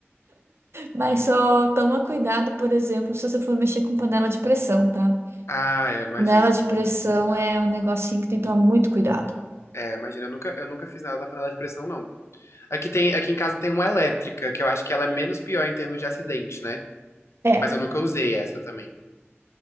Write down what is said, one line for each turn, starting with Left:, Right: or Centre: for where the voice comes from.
Right: Mas só toma cuidado, por exemplo, se você for mexer com panela de pressão, tá?
Left: Ah, é, imagino.
Right: Panela de pressão é um negocinho que tem que tomar muito cuidado.
Left: É, imagina, eu nunca, eu nunca fiz nada na panela de pressão, não. Aqui tem, aqui em casa tem uma elétrica, que eu acho que ela é menos pior em termos de acidente, né?
Right: É.
Left: Mas eu nunca usei essa também.